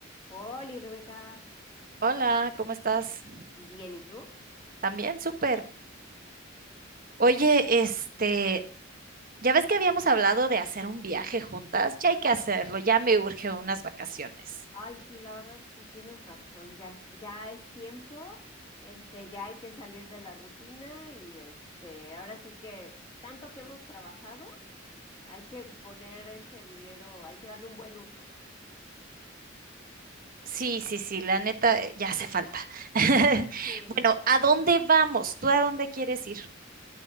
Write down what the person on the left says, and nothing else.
Hola, Rebeca.
Bien, ¿y tú?
Ay, sí, la verdad sí, tienes razón, ya, ya es tiempo, este, ya hay que salir de la rutina y este, ahora sí que tanto que hemos trabajado, hay que poner ese dinero, hay que darle un buen uso.
Sí.